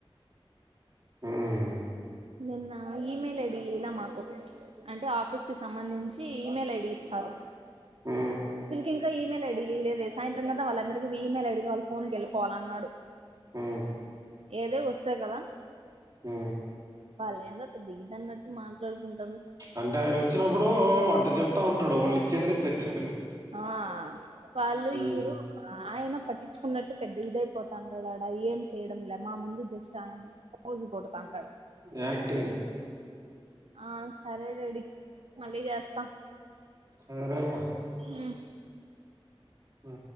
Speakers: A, on the right; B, on the right.
A: ఉమ్
B: నిన్న ఇమేయిల్ ఐడి ఇలె మాకు అంటే ఆఫీస్కి సంబంధించి ఈమెయిల్ ఐడి ఇస్తారు
A: హ
B: వీళ్ళకింకా ఈమెయి ఐడీలీ లేదే సాయంత్రం దాకా వాళ్ళందరికిీ ఈమెయిల్ ఐడి వాళ ఫోన్కి వెళిపోవాలన్నాడు
A: ఆ
B: ఏది వస్తే గదా
A: హ
B: వాలెందో పెద్ద ఇది అన్నట్టు మాట్లాడుకుంటారు
A: అంటే ఆయన ఇచ్చినప్పుడు అట చెప్తా ఉంటాడు వాళ్ళు ఇచ్చేదిలే చచ్చేదిలే
B: ఆ వాళ్లు
A: ఉమ్,
B: ఈరు ఆయన పట్టించుకున్నట్టు పెద్ద ఇదైపోతాన్నాడాడా ఏం చేయడం లే మా ముందు జస్ట్ ఆయన ఫోజ్ కొడుతాండాడు
A: యాక్టింగ్
B: ఆ సరే డాడీ మళ్ళీ చేస్త
A: సరేమ్మ
B: ఆ
A: ఆ